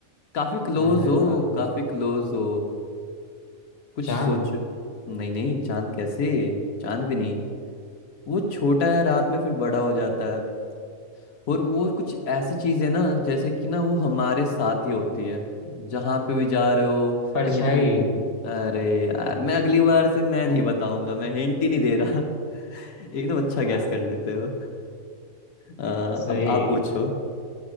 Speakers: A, on the left (about 80°); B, on the left (about 45°).
A: काफी क्लोज
B: बड़ा है
A: हो
B: रात
A: काफी
B: में
A: क्लोज हो कुछ
B: चांद
A: सोचो नहीं नहीं चांद कैसे चांद भी नहीं वो छोटा है रात में फिर बड़ा हो जाता है और वो कुछ ऐसी चीज है ना जैसे कि ना वो हमारे साथ ही होती है जहां पे भी जा रहे हो
B: परछाई
A: कहीं पे भी जा- अरे यार मैं अगली बार से मैं नहीं बताऊंगा मैं हिंट ही नहीं दे रहा <laughs> एकदम अच्छा गैस
B: हाँ
A: कर लेते हो आ,
B: सही
A: अब आप पूछो